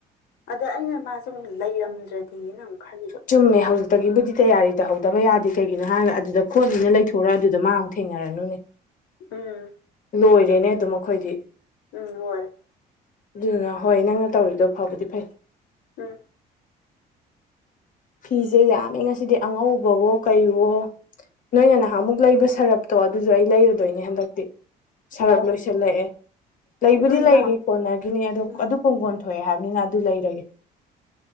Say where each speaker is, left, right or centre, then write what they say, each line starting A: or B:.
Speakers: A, on the left; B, on the left.
A: ꯑꯗꯣ ꯑꯩꯅ ꯃꯥꯁꯤꯃꯨꯛ ꯂꯩꯔꯝꯗ꯭ꯔꯗꯤꯅ ꯑꯃꯨꯛ ꯈꯜꯂꯤꯕ
B: ꯆꯨꯝꯃꯦ ꯍꯧꯖꯤꯛꯇꯒꯤꯕꯨꯗꯤ ꯇꯌꯥꯔꯤ ꯇꯧꯍꯧꯗꯕ ꯌꯥꯗꯦ ꯀꯩꯒꯤꯅꯣ ꯍꯥꯏꯔꯒ ꯑꯗꯨꯗ ꯈꯣꯠꯂꯤꯅ ꯂꯩꯊꯣꯔꯥ ꯑꯗꯨꯗ ꯃꯥ ꯊꯦꯡꯅꯔꯅꯨꯅꯦ <inaudible>
A: ꯎꯝ
B: ꯂꯣꯏꯔꯦꯅꯦ ꯑꯗꯨꯝ ꯑꯈꯣꯏꯗꯤ
A: ꯎꯝ ꯂꯣꯏꯔꯦ
B: ꯗꯨꯗꯨꯅ ꯍꯣꯏ ꯅꯪꯅ ꯇꯧꯔꯤꯗꯣ ꯐꯥꯕꯨꯗꯤ ꯐꯩ
A: ꯎꯝ
B: ꯐꯤꯁꯦ ꯌꯥꯝꯃꯦ ꯉꯁꯤꯗꯤ ꯑꯉꯧꯕꯋꯣ ꯀꯩꯋꯣ ꯅꯣꯏꯅ ꯅꯍꯥꯟꯃꯨꯛ ꯂꯩꯕ ꯁꯥꯔꯞꯇꯣ ꯑꯗꯨꯁꯨ ꯑꯩ ꯂꯩꯔꯨꯗꯣꯏꯅꯦ ꯍꯟꯗꯛꯇꯤ ꯁꯥꯔꯞ
A: ꯑꯣ
B: ꯂꯣꯏꯁꯤꯜꯂꯛꯑꯦ ꯂꯩꯕꯨꯗꯤ
A: ꯑꯗꯨ
B: ꯂꯩꯔꯤ
A: ꯌꯥꯝ
B: ꯀꯣꯟꯅꯒꯤꯅꯤ ꯑꯗꯣ
A: ꯎꯝ
B: ꯑꯗꯨꯛ ꯀꫭꯡꯒꯣꯟ ꯊꯣꯛꯑꯦ ꯍꯥꯏꯕꯅꯤꯅ ꯑꯗꯨ ꯂꯩꯔꯒꯦ